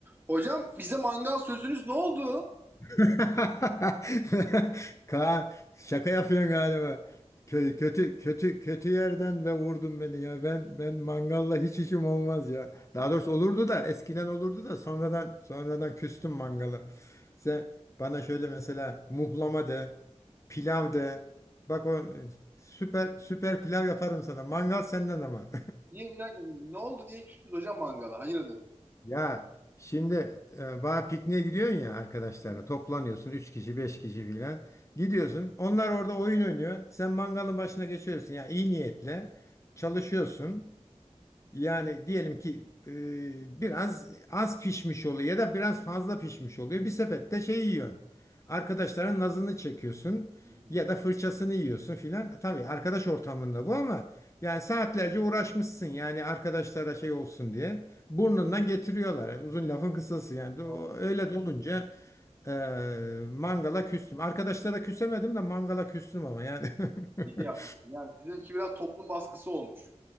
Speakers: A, on the right (about 20°); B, on the left (about 25°).
A: Hocam bize mangal sözünüz ne oldu?
B: <laughs> Kaan şaka yapıyorsun galiba. Kö- Kötü kötü kötü yerden ve vurdun beni ya. Ben ben mangalla hiç işim olmaz ya. Daha doğrusu olurdu da eskiden olurdu da sonradan sonradan küstüm mangala. Sen bana şöyle mesela muhlama de, pilav de. Bak o e, süper süper pilav yaparım sana. Mangal senden ama.
A: Niye bir dakika ne oldu niye küstünüz hocam mangala? Hayırdır?
B: Ya şimdi e, bağ pikniğe gidiyorsun ya arkadaşlarla
A: Hı?
B: toplanıyorsun 3 kişi 5 kişi filan gidiyorsun onlar orada oyun oynuyor sen mangalın başına geçiyorsun ya iyi niyetle çalışıyorsun yani diyelim ki e, biraz az pişmiş oluyor ya da biraz fazla pişmiş oluyor. Bir sepette şey yiyorsun. Arkadaşların nazını çekiyorsun
A: Hı hı.
B: ya da fırçasını yiyorsun filan. Tabii arkadaş ortamında bu ama yani saatlerce uğraşmışsın yani arkadaşlara şey olsun diye. Burnundan getiriyorlar. Yani uzun lafın kısası yani. Do-
A: Anladım.
B: Öyle de olunca e, mangala küstüm. Arkadaşlara küsemedim de mangala küstüm ama yani.
A: İyi
B: <laughs>
A: yapmışsın. Yani sizinki biraz toplum baskısı olmuş.